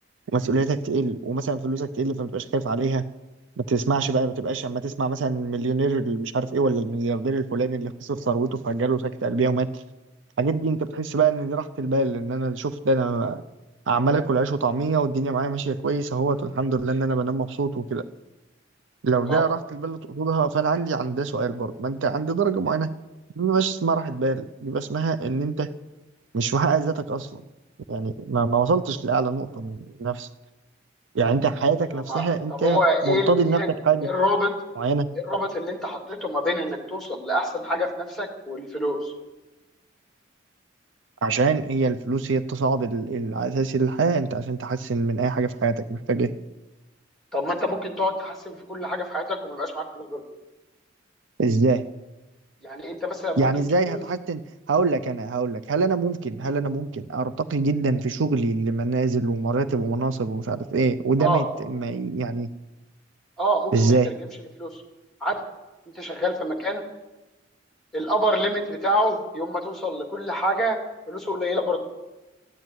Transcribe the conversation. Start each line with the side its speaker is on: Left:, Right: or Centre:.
Right: ومسؤوليتك تقل ومثلا فلوسك تقل فما تبقاش خايف عليها ما تسمعش بقى ما تبقاش اما تسمع مثلا المليونير اللي مش عارف ايه ولا الملياردير الفلاني اللي خسر ثروته فجاله سكتة قلبية ومات الحاجات دي انت بتحس بقى ان دي راحة البال ان انا شوف ده انا عمال اكل عيش وطعمية والدنيا معايا ماشية كويس اهوت والحمد لله ان انا بنام مبسوط وكده لو
Centre: اه
Right: ده راحة البال اللي تقصدها فانا عندي عند ده سؤال برضه ما انت عند درجة معينة دي ما بيبقاش اسمها راحة بال بيبقى اسمها ان انت مش محقق ذاتك اصلا يعني ما, ما وصلتش لأعلى نقطة من نفسك يعني انت حياتك
Centre: ايوه
Right: نفسها
Centre: مع...
Right: انت
Centre: طب هو ايه
Right: مرتضي
Centre: ال...
Right: لنفسك
Centre: ايه ال-
Right: حاجة
Centre: إيه الرابط
Right: معينة
Centre: إيه الرابط اللي انت حطيته ما بين انك توصل لاحسن حاجة في نفسك والفلوس
Right: عشان هي الفلوس هي التصاعد ال- ال- الاساسي للحياة انت عشان تحسن من اي حاجة في حياتك محتاج ايه
Centre: طب ما انت ممكن تقعد تحسن في كل حاجة في حياتك وما يبقاش معاك فلوس برضه
Right: ازاي
Centre: يعني انت مثلا ممكن
Right: يعني ازاي
Centre: تكون
Right: هتحسن هقول لك انا هقول لك هل انا ممكن هل انا ممكن ارتقي جدا في شغلي لمنازل ومراتب ومناصب ومش عارف ايه وده
Centre: اه
Right: ما يت- ما ي- يعني
Centre: اه ممكن
Right: ازاي
Centre: ما يترجمش لفلوس عادي انت شغال في مكان الابر ليميت بتاعه يوم ما توصل لكل حاجه فلوسه قليله برضه